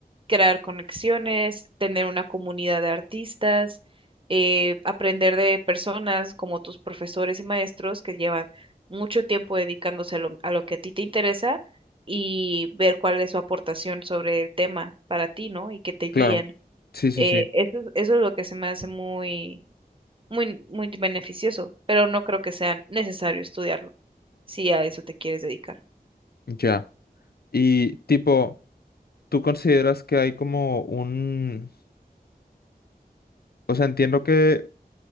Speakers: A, on the right; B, on the left.
A: crear conexiones, tener una comunidad de artistas, eh, aprender de personas como tus profesores y maestros que llevan mucho tiempo dedicándose a lo, a lo que a ti te interesa y ver cuál es su aportación sobre el tema para ti, ¿no? Y que te guíen.
B: Claro. Sí, sí,
A: Eh,
B: sí.
A: eso, es- eso es lo que se me hace muy, muy, muy beneficioso, pero no creo que sea necesario estudiarlo si a eso te quieres dedicar.
B: Ya. Y tipo, ¿tú consideras que hay como un... O sea, entiendo que